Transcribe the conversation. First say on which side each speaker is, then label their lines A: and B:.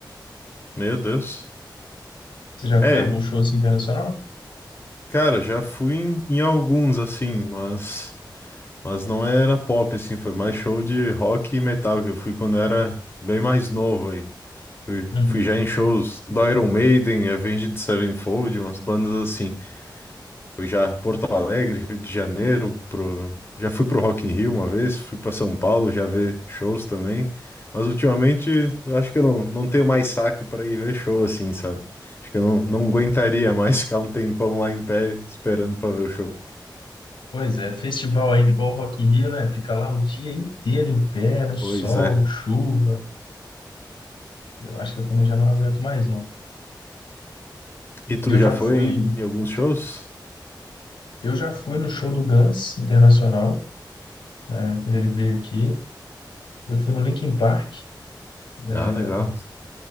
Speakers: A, on the left; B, on the left.
A: Meu Deus.
B: Você já
A: É,
B: foi a algum show assim, internacional?
A: cara, já fui em, em alguns, assim, mas, mas não era pop, assim. Foi mais show de rock e metal que eu fui quando era bem mais novo aí. Fui,
B: Uhum.
A: fui já em shows do Iron Maiden, Avenged Sevenfold, umas bandas assim. Fui já Porto Alegre, Rio de Janeiro, pro... já fui pro Rock in Rio uma vez, fui para São Paulo já ver shows também. Mas ultimamente eu acho que eu não, não tenho mais saco para ir ver show assim, sabe? Acho que eu não, não aguentaria mais <laughs> ficar um tempão lá em pé esperando para ver o show.
B: Pois é, festival ainda igual o Rock in Rio, né? Fica lá o dia inteiro em pé, no sol,
A: Pois é.
B: chuva. Eu acho que eu também já não aguento mais, não.
A: E tu
B: Eu
A: já
B: já
A: foi
B: fui,
A: em, em alguns shows?
B: eu já fui no show do Guns Internacional, né? Quando ele veio aqui. Eu fui no Linkin Park, né?
A: Ah, legal.